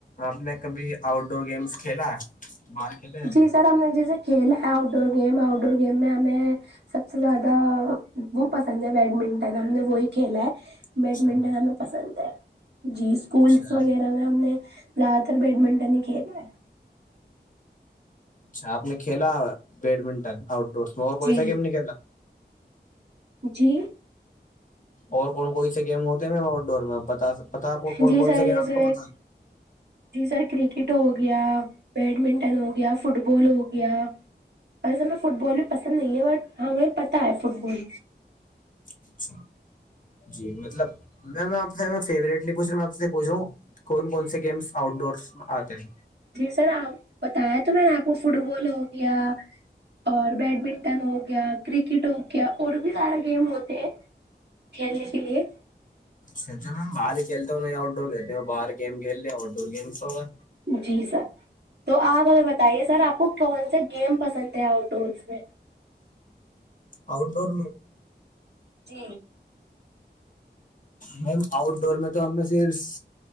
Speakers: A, on the left; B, on the right.
A: آپ نے کبھی آؤٹ ڈور گیمس کھیلا ہے باہر کھیلے ہیں
B: جی سر ہم نے جیسے کھیلا ہے outdoor game outdoor game میں ہمیں سب سے زیادہ وہ پسند ہے بیڈمنٹن ہم نے وہی کھیلا ہے
A: اچھا
B: بیڈمنٹن ہمیں پسند ہے جی اسکولس
A: اچھا
B: وغیرہ میں ہم نے زیادہ تر بیڈمنٹن ہی کھیلا ہے
A: اچھا آپ نے کھیلا ہو بیڈمنٹن آؤٹ ڈور مور پیسا
B: جی
A: کیم نہیں کلا
B: جی
A: اور کون کون سے گیم ہوتے ہیں میم آؤٹ ڈور میں آ بتاتا آپ کون
B: جی
A: کون
B: سر
A: سےا
B: جیسے
A: گیم آپ کو پتا
B: جی سر کرکٹ ہو گیا بیڈمنٹن ہو گیا فٹ بال ہو گیا ویسے ہمیں فٹ بال بھی پسند نہیں ہے بٹ ہمیں پتہ ہے فٹ بال
A: اچھا جی مطلب میں آپ سے فیورٹ نہیں پوچھ رہا میں آپ سے پوچھ رہا ہوں کون کون سے گیمس آؤٹ ڈورس میں آتے ہیں
B: جی سر آپ بتایا تو میں نے آپ کو فٹ بال ہو گیا اور بیڈمنٹن ہو گیا کرکٹ ہو گیا اور بھی سارا گیم ہوتے ہیں کھیلنے کے لیے
A: چل میم باہر کھیلتے ہو نہیں آؤٹ ڈور کھیتے ہو بر گیم کھیل لی آؤٹ ڈور گیمس ہوگا
B: جی سر تو آپ ہمیں بتائیے سر آپ کو کون سے گیم پسند ہیں آؤٹ ڈورس میں
A: آؤٹ ڈور
B: جی
A: میم آؤٹ ڈور میں تو ہمیں صرف